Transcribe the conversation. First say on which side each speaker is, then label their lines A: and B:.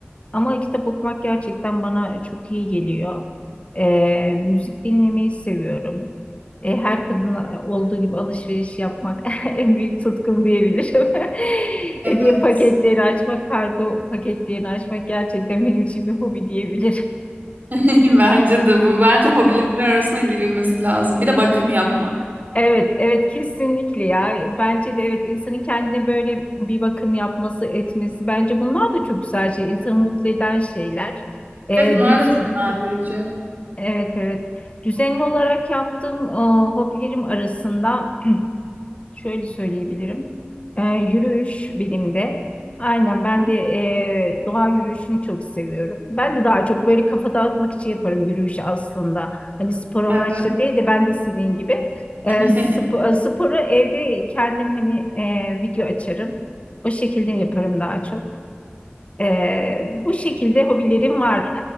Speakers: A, on the left; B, on the right.
A: Ama kitap okumak gerçekten bana çok iyi geliyor. Ee, müzik dinlemeyi seviyorum. Ee, her kadın e, olduğu gibi alışveriş yapmak <laughs> en büyük tutkum diyebilirim. <laughs>
B: Evet.
A: Hediye paketleri açmak, kargo paketlerini açmak gerçekten benim için bir hobi diyebilirim.
B: <laughs> Bence de bu. Bence hobileri arasına girilmesi lazım. Bir de bakım yapmak.
A: Evet, evet kesinlikle ya. Bence de evet insanın kendine böyle bir bakım yapması, etmesi bence bunlar da çok güzel şey. İnsanı mutlu eden şeyler. Ee,
B: Evet, bunlar
A: düz,
B: da dinlendirici.
A: evet evet. Düzenli olarak yaptığım e, hobilerim arasında Şöyle söyleyebilirim. Ee, yürüyüş benim de. Aynen ben
B: Hı.
A: de e, doğa yürüyüşünü çok seviyorum. Ben de daha çok böyle kafa dağıtmak için yaparım yürüyüşü aslında. Hani spor amaçlı
B: Evet.
A: değil de ben de senin gibi. E,
B: <laughs>
A: sp- e, sporu evde kendim hani e, video açarım. O şekilde yaparım daha çok. E, bu şekilde hobilerim var.